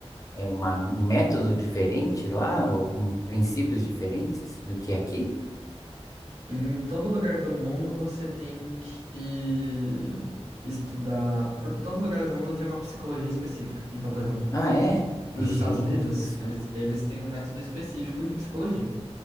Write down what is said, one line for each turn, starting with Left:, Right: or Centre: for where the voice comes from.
Left: é uma, um método diferente lá, algum princípios diferentes do que aqui?
Right: Em todo lugar do mundo você tem que estudar. Por todo lugar do mundo tem uma psicologia específica. Então, por exemplo,
Left: Ah, é?
Right: nos
Left: Gente
Right: Estados Unidos,
Left: do céu.
Right: eles, eles têm um método específico de psicologia.